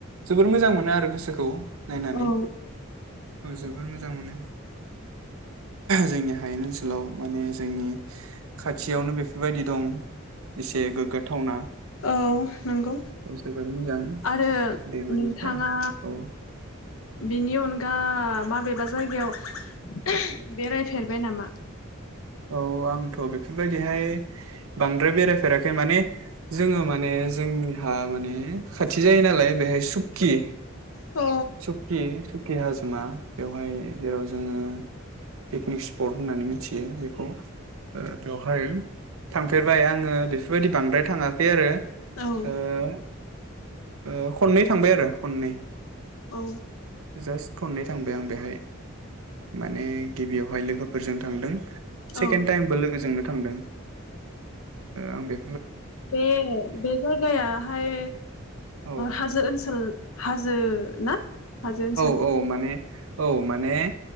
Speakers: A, on the right; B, on the left.
A: जोबोर मोजां मोनो आरो गोसोखौ। नायनानै।
B: औ
A: औ जोबोर मोजां मोनो। जोंनि हायेन ओनसोलाव माने जोंनि खाथियावनो बेफोर बायदि दं एसे गोग्गाथावना।
B: औ नंगौ
A: औ जोबोर मोजां
B: आरो
A: दैमा
B: नोंथाङा
A: दैसा औ
B: बिनि अनगा माबेबा जायगायाव बेरायफेरबाय नामा?
A: औ आंथ' बेफोर बायदिहाय बांद्राय बेरायफेराखै माने जोङो माने जोंनिहा माने खाथि जायो नालाय बेहाय सुक्कि।
B: औ
A: सखि सखि। केे हाजोमा बेवहाय जेराव जोङो पिकनिक स्पट होननानै मिथियो बेखौ बेवहाय थांफेरबाय आङो बेफोर बायदि बांद्राय थाङाखै आरो।
B: औ
A: ओं। ओ खननै थांबाय आरो खननै।
B: औ।
A: जास्ट खननै थांबाय आं बेहाय माने गिबियावहाय लोगोफोरजों थांदों। सेकेणड
B: औ
A: टाइमबो लोगो जोंनो। थांदों आं बे
B: बे बे जायगायाहाय
A: औ
B: हाजो ओनसोल हाजो ना। हाजो ओनसोल
A: औ औ माने औ। माने।